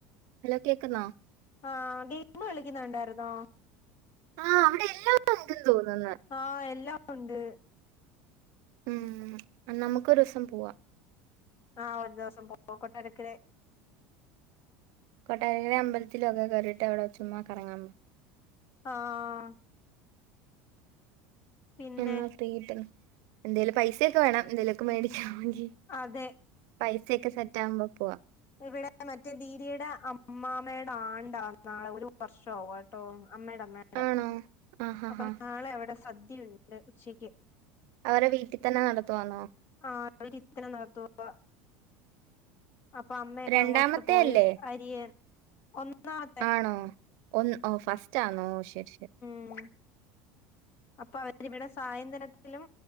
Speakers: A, on the right; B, on the left.
A: ഹലോ കേക്കുന്നോ
B: ആഹ് ഗെയിമ് കളിക്കുന്ന കണ്ടായിരുന്നോ
A: ആഹ് അവിടെ എല്ലാ ഉണ്ടെന്ന് തോന്നുന്ന
B: ആഹ് എല്ലാം ഉണ്ട്
A: ഉം നമുക്കൊരൂസം പോവാ
B: ആഹ് ഒരു ദിവസം പോക കൊട്ടാരക്കര
A: കൊട്ടാരകര അമ്പലത്തിലൊക്കെ കേറീട്ട് അവിടെ ചുമ്മാ കറങ്ങാൻ പോക
B: ആഹ് പിന്നെ
A: എന്നാ ഫ്രീട്ടന്ന് എന്തേലും പൈസൊക്കെ വേണം എന്തേലുമൊക്കെ മേടിക്കണങ്കി
B: അതെ
A: പൈസൊക്കെ സെറ്റ് ആകുമ്പോ പോവാ
B: ഇവിടെ മറ്റേ ദീരിയുടെ അമ്മാമയുടെ ആണ്ടാ നാളെ ഒരു വർഷാവും ട്ടോ അമ്മയുടെ അമ്മ
A: ആണോ ആഹ് ഹാ
B: അപ്പം
A: ഹാ
B: നാളെ അവിടെ സദ്യണ്ട് ഉച്ചയ്ക്ക്
A: അവരെ വീട്ടിതന്നെ നടത്തുവാണോ
B: ആഹ് അവര് ഇത്തര നടത്തുവാ അപ്പൊ അമ്മയൊക്കെ
A: രണ്ടാമത്തെ
B: അങ്ങോട്ട് പോയി
A: അല്ലേ
B: അരിയൻ ഒന്നാമത്തെ
A: ആണോ ഒന്ന് ഓ ഫസ്റ്റ് ആണോ ശരി ശരി
B: ഉം അപ്പൊ അവരിവിടെ സായന്തനത്തിലും